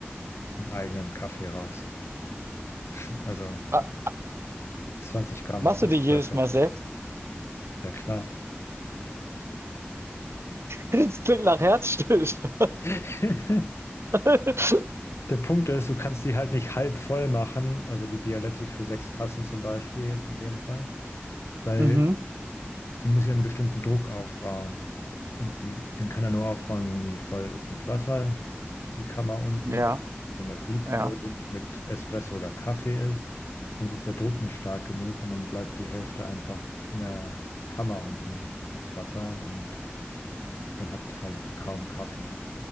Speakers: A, on the left; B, on the right.
A: einen eigenen Kaffee raus. <laughs> Also
B: Ah,
A: 20 Gramm
B: Machst
A: Espresso.
B: du dir jedes Mal sechs? <laughs>
A: Ja, klar.
B: Das klingt nach Herzstillstand.
A: <laughs>
B: <laughs>
A: Der Punkt ist, du kannst die halt nicht halb voll machen, also die Bialetti für sechs Tassen zum Beispiel jetzt in dem Fall, weil
B: Mhm.
A: die muss ja einen bestimmten Druck aufbauen. Und die, den kann er nur aufbauen, wenn die voll ist mit Wasser, die Kammer unten,
B: Ja,
A: wenn das Sieb
B: ja.
A: voll genug mit Espresso oder Kaffee ist, sonst ist der Druck nicht stark genug und dann bleibt die Hälfte einfach in der Kammer unten, das Wasser, und man hat halt kaum Kaffee.